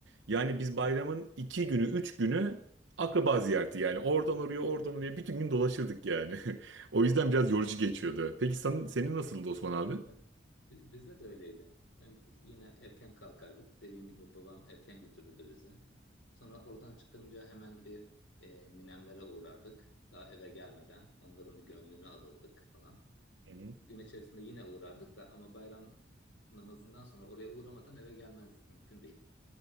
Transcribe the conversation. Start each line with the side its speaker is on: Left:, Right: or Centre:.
Right: Yani biz bayramın iki günü, üç günü akraba ziyareti yani. Oradan oraya, oradan oraya bütün gün dolaşırdık yani. <laughs> O yüzden biraz yorucu geçiyordu. Peki senin, senin nasıldı Osman abi?
Left: Evet. Bi- Bizde de öyleydi. Önce yine erken kalkardık. Dediğim gibi babam erken götürürdü bizi. Sonra oradan çıkınca hemen bir e, ninemlere uğrardık. Daha eve gelmeden onların bir gönlünü alırdık falan.
Right: Hı hı.
Left: Gün içerisinde yine uğrardık da ama bayram namazından sonra oraya uğramadan eve gelmezdik. Mümkün değil.